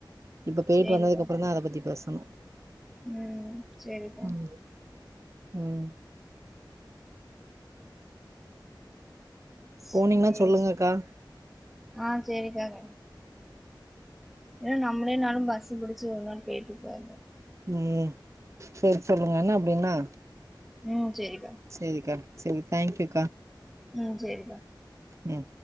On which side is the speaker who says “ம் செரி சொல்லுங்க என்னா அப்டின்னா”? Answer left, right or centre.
Right